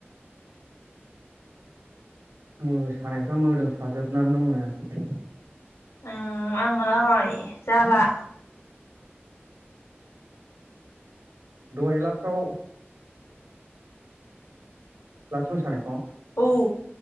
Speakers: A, on the right; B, on the left.
A: मोसानायफ्रा मोदोमसाजोबनानै दंनो।
B: ओम <inaudible> आं जला
A: दहाय लासाव लास मोसानायखौ
B: औ